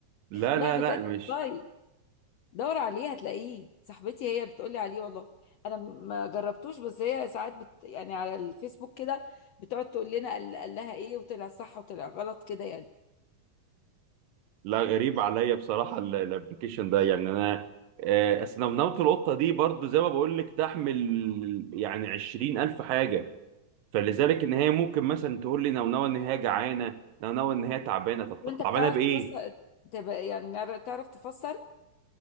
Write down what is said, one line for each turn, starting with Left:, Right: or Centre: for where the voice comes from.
Right: لا
Left: لا
Right: لا
Left: بجد
Right: لا مش
Left: والله دور عليه هتلاقيه صاحبتي هي بتقولي عليه والله انا ما جربتوش بس هي ساعات بت يعني على الفيسبوك كده بتقعد تقول لنا قال, قال لها ايه وطلع صح وطلع غلط كده يعني
Right: لا غريب عليا بصراحه الابلكيشن ده يعني انا آه، اصل نونوت القطه دي برضو زي ما بقول لك تحمل يعني 20000 حاجه فلذلك ان هي ممكن مثلا تقول لي نونوه ان هي جعانه نونوه ان هي تعبانه طب طب
Left: وانت
Right: تعبانه
Left: بتعرف
Right: بايه
Left: تفسر تبقى يعني نعر- تعرف تفسر